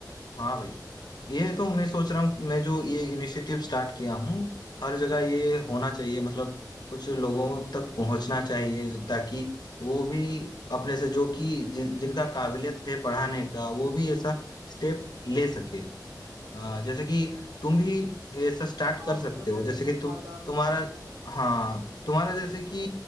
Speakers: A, on the left; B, on the right.
A: हाँ भाई ये तो मैं सोच रहा हूँ मैं जो ये इनिशिएटिव स्टार्ट किया हूँ हर जगह ये होना चाहिए मतलब कुछ लोगों तक पहुंचना चाहिए ताकि वो भी अपने से जो कि जिन, जिनका काबिलियत है पढ़ाने का वो भी ऐसा स्टेप ले सके आ, जैसे कि तुम भी ऐसा स्टार्ट
B: हाँ
A: कर सकते
B: मतलब
A: हो
B: जैसे
A: जैसे
B: कुछ
A: कि
B: मालदार
A: तु,
B: लोग
A: तुम्हारा
B: होते हैं
A: हाँ तुम्हारा जैसे कि